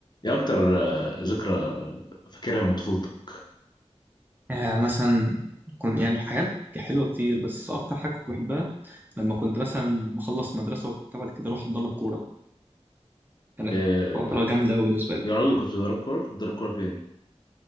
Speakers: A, on the left; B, on the right.
A: ايه اكتر آه، ذكرى فاكرها من طفولتك
B: يعني مثلا كنت يعني حاجات حلوة كتير بس أكتر حاجة كنت بحبها لما كنت مثلا بخلص مدرسة وبتاع بعد كده أروح أتدرب كورة بقى كانت
A: إيه
B: فترة جامدة أوي بالنسبة لي
A: يا راجل كنت بتضرب كوره كنت بتضرب كوره فين